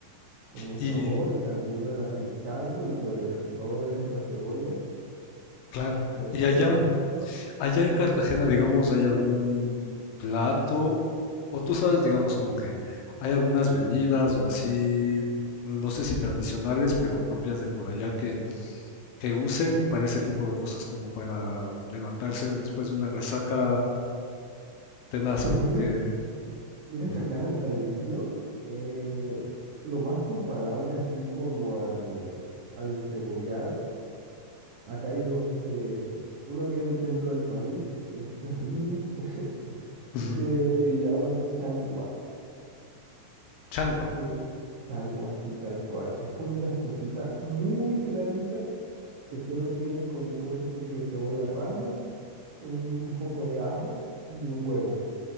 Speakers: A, on the right; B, on the left.
A: como
B: Y
A: sabor y también la- el caldo y sobre todo eso la cebolla,
B: claro,
A: debe
B: y
A: estar
B: allá,
A: bueno.
B: allá en Cartagena, digamos, hay algún plato, o tú sabes, digamos, como que hay algunas bebidas o así, no sé si tradicionales, pero propias de por allá que, que usen para ese tipo de cosas, como para levantarse después de una resaca tenaz,
A: Pues
B: como
A: mira,
B: que
A: m- mira
B: ujú,
A: que acá la tradición, eh, lo más comparable así como al, al encebollado Acá hay dos de esos. Uno que es del centro del país, que es terrible, <laughs>
B: ujú,
A: que le llaman changua,
B: changua,
A: que changua, sí, tal cual. Es como una sopita muy clarita que solo tiene como, ponte tú que cebolla rama, un, un poco de ajo y un huevo,